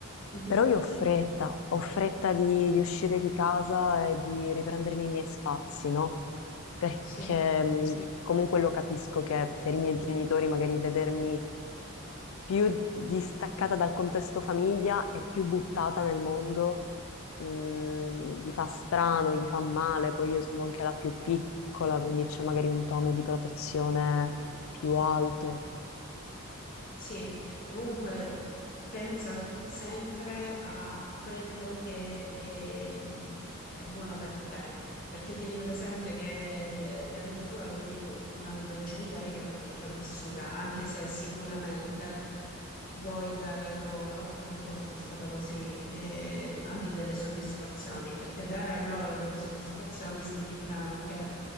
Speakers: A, on the left; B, on the left.
A: mhm.
B: Però io ho fretta, ho fretta di, di uscire di casa e di riprendermi i miei spazi, no? perché
A: Sì.
B: mh, Sì. comunque lo capisco che per i miei genitori magari vedermi più distaccata dal contesto famiglia e più buttata nel mondo mh, gli fa strano, gli fa male, poi io sono anche la più piccola, quindi c'è magari un tono di protezione più alto.
A: Sì, comunque pensa sempre a quello che è, mh, è buono per te, perché tieni presente che la vita tua la vivi tu, non i tuoi genitori che l'hanno già vissuta, anche se sicuramente vuoi dare loro, anch'io sono stata così, eh, anche delle soddisfazioni, perché dare a loro delle soddisfazioni significa anche